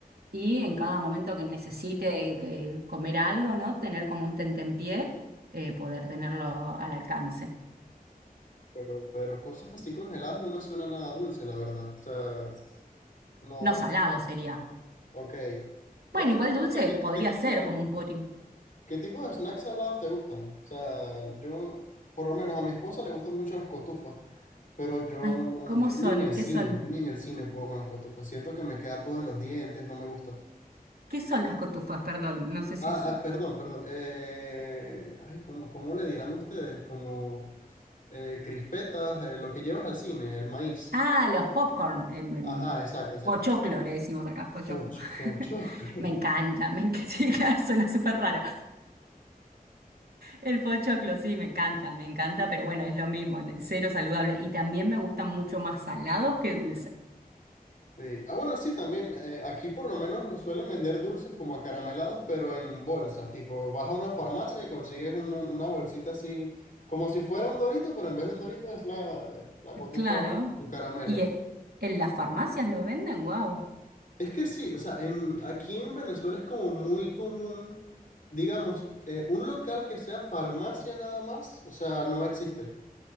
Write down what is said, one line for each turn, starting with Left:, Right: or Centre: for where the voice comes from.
Right: y en cada momento que necesite eh, comer algo, ¿no? Tener como un tentempié, eh, poder tenerlo al alcance.
Left: Pero, pero cosas así congeladas no me suena nada dulce, la verdad. O sea, s- no,
Right: No salado
Left: no.
Right: sería.
Left: Ok. Bueno,
Right: Bueno,
Left: no
Right: igual
Left: sé,
Right: dulce
Left: o sea, ¿qué,
Right: podría
Left: qué tipo
Right: ser
Left: de,
Right: como un pudding.
Left: qué tipo de snacks salados te gustan? O sea, yo, por lo menos a mi esposa le gustan mucho las cotufas, pero yo
Right: Ay,
Left: no,
Right: ¿cómo
Left: yo
Right: son?
Left: ni en el cine,
Right: ¿Qué son?
Left: yo ni en el cine puedo con las cotufas. Siento que me queda todo en los dientes, no me gusta.
Right: ¿Qué son las cotufas? Perdón, no sé si
Left: Ah,
Right: es...
Left: ah, perdón, perdón. Eh, ay, ¿cómo, cómo le dirán ustedes? Como eh, crispetas, eh, lo que llevas al cine, el maíz.
Right: Ah, los popcorn. em, em,
Left: Ajá, exacto, exacto.
Right: pochoclo, le decimos acá, pochoclo.
Left: Poch- pochoclo.
Right: <laughs> Me encanta,
Left: <laughs>
Right: me encanta, <laughs> sí, claro, suena súper raro. El pochoclo, sí, me encanta, me encanta, pero bueno, es lo mismo, n- cero saludable. Y también me gustan mucho más salados que dulces.
Left: Sí. Ah, bueno, sí, también. eh, aquí por lo menos nos suelen vender dulces como acaramelados, pero en bolsa. Tipo, vas a una farmacia y consigues una, una bolsita así, como si fuera un Dorito, pero en vez de un Dorito es la, la cotufa,
Right: Claro.
Left: un caramelo.
Right: Y eh, en las farmacias lo venden, wow.
Left: Es que sí, o sea, en, aquí en Venezuela es como muy común, digamos, eh, un local que sea farmacia nada más, o sea, no existe.